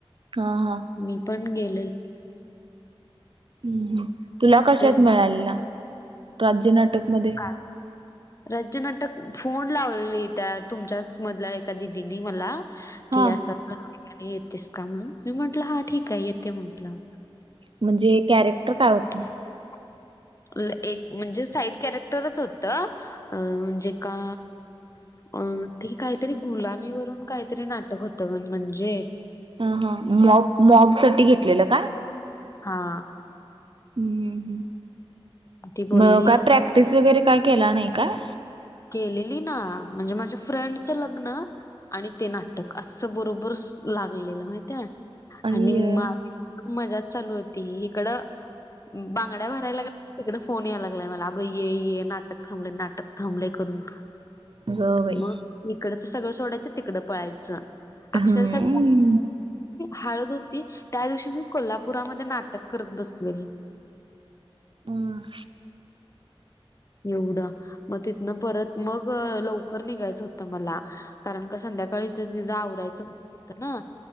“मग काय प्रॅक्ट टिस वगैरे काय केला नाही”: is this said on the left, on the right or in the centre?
Right